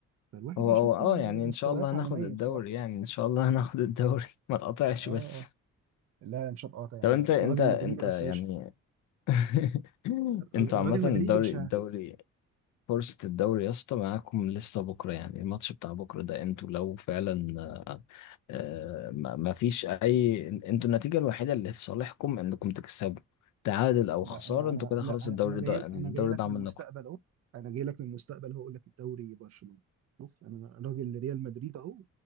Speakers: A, on the right (about 55°); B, on the left (about 75°).
A: فالواحد
B: هو
A: بيشوف
B: هو اه
A: المستويات
B: يعني ان شاء الله هناخد
A: عالمية
B: الدوري
A: بصراحة
B: يعني ان شاء الله هناخد الدوري <laughs> ما تقطعش
A: اه
B: بس
A: اه لا مش هبقى قاطع يا
B: طب
A: عم
B: انت
A: انا
B: انت
A: راجل
B: انت
A: مدريدي بس
B: يعني
A: عشت
B: <laughs>
A: انا راجل
B: انتوا
A: أنا
B: عامة
A: راجل مدريدي
B: الدوري
A: مش
B: الدوري فرصة الدوري يا اسطى معاكم لسه بكرة يعني الماتش بتاع بكرة ده انتوا لو فعلا آه ما ما فيش اي انتوا النتيجة الوحيدة اللي في صالحكم انكم تكسبوا تعادل او
A: لا
B: خسارة
A: انا انا
B: انتوا كده
A: لا
B: خلاص
A: انا
B: الدوري
A: انا جاي
B: ده
A: انا
B: الدوري
A: جاي لك
B: ده عمل
A: من المستقبل
B: لكم
A: اهو انا جاي لك من المستقبل هقول لك الدوري برشلونة شوف انا راجل ريال مدريد اهو